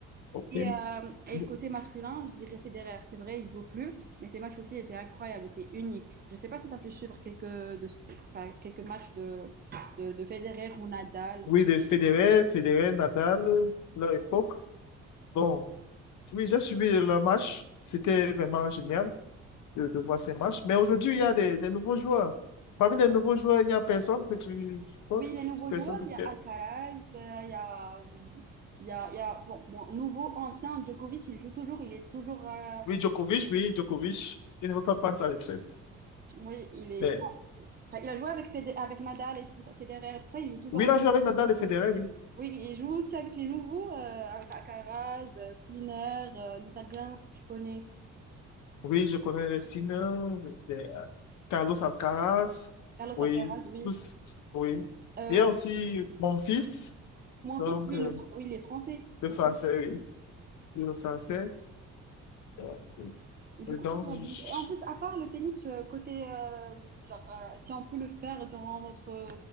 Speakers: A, on the left (about 75°); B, on the right (about 30°).
A: OK.
B: Et, euh, et
A: Bon.
B: côté masculin, je dirais Federer. C'est vrai, il joue plus, mais ses matchs aussi étaient incroyables, étaient uniques. Je ne sais pas si tu as pu suivre quelques, de, enfin, quelques matchs de, de, de Federer ou Nadal.
A: Oui, de Federer, Federer, Nadal, leur époque. Bon, oui, j'ai suivi leur match. C'était vraiment génial de, de voir ces matchs. Mais aujourd'hui, il y a des, des nouveaux joueurs. Parmi les nouveaux joueurs, il n'y a personne que tu autre
B: Oui, les nouveaux
A: personne
B: joueurs,
A: que
B: il
A: tu
B: y a Alcaraz,
A: aimes.
B: euh, il y a, il y a, il y a- bon, bon, nouveau, ancien, Djokovic, il joue toujours, il est toujours, euh,
A: Oui, Djokovic, oui, Djokovic. Il ne veut pas prendre sa retraite.
B: oui, il est,
A: Mais
B: enfin, il a joué avec, Fede- avec Nadal et tout ça, Federer et tout ça, il joue toujours
A: oui,
B: avec,
A: il a joué avec Nadal et Federer, oui.
B: oui, il joue aussi avec les nouveaux, euh, avec Alcaraz, euh, Sinner, euh, l'Italien, si tu connais.
A: Oui, je connais les signes de euh, Carlos Alcaraz.
B: Carlos
A: Oui,
B: Alcaraz, oui.
A: tous, oui.
B: Euh,
A: Il y a aussi mon fils,
B: mon
A: donc
B: fils, oui,
A: euh,
B: le, oui, il est français.
A: le
B: Oui.
A: français, oui, Oui, le français. Donc, euh,
B: Du
A: et
B: coup,
A: donc,
B: l'histoire
A: je-
B: du- En plus, à part le tennis, euh, côté, euh, genre, euh, si on peut le faire durant notre,